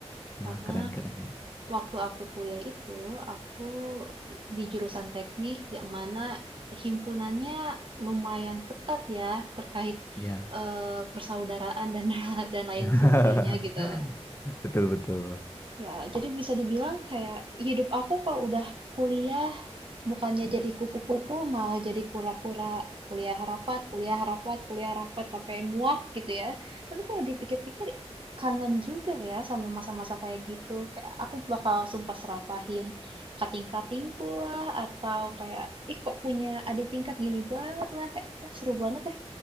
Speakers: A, on the left; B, on the right.
A: Wah
B: Karena
A: keren keren
B: waktu aku kuliah itu, aku di jurusan teknik yang mana himpunannya lumayan ketat ya terkait
A: ya
B: eh, persaudaraan dan <laughs> dan lain
A: <laughs>
B: sebagainya gitu.
A: betul betul
B: Ya, jadi bisa dibilang kayak hidup aku kalau udah kuliah bukannya jadi kupu-kupu malah jadi kura-kura. Kuliah rapat, kuliah rapat, kuliah rapat sampai muak gitu ya. Tapi kalau dipikir-pikir kangen juga ya sama masa-masa kayak gitu. Kayak aku bakal sumpah serapahin kating-katingku lah atau kayak ih kok punya adik tingkat gini banget lah kayak "Ah, seru banget ya.